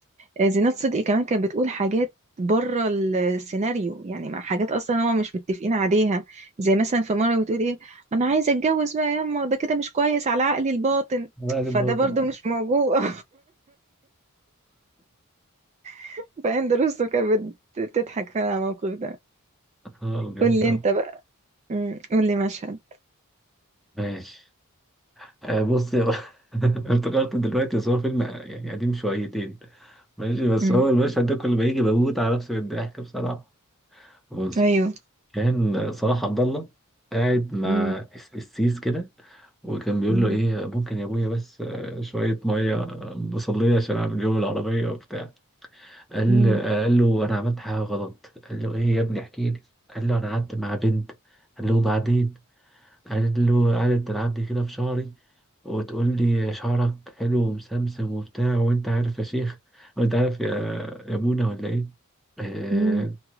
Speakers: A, on the right; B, in the centre.
A: آه، زينات صدقي كمان كانت بتقول حاجات بره السيناريو يعني مع حاجات اصلا هما مش متفقين عليها زي مثلا في مره بتقول ايه انا عايزه اتجوز بقى ياما ده كده مش كويس على عقلي الباطن
B: غالب
A: فده
B: باطن
A: برضو مش موجود <laughs> فهند رستم كانت بت- بتضحك فعلا على الموقف ده
B: اه بجد
A: قول لي
B: اه
A: انت بقى أمم، قول لي مشهد
B: ماشي آه بص يا- <laughs> افتكرت دلوقتي بس هو فيلم يعني قديم شويتين ماشي بس
A: أمم،
B: هو المشهد ده كل ما يجي بموت على نفسي بالضحك بصراحة بص
A: ايوه
B: كان صلاح عبد الله قاعد مع
A: مم.
B: الس- السيس كده وكان بيقول
A: مم.
B: له ايه ممكن يا ابويا بس آه، شوية مية بصلية عشان اعمل يوم العربية وبتاع قال
A: مم.
B: قال له انا عملت حاجة غلط قال له ايه يا ابني احكي لي قال له انا قعدت مع بنت قال له وبعدين قعدت له قعدت تلعب لي كده في شعري وتقول لي شعرك حلو ومسمسم وبتاع وانت عارف يا شيخ وانت عارف يا يا ابونا ولا ايه آه،
A: مم.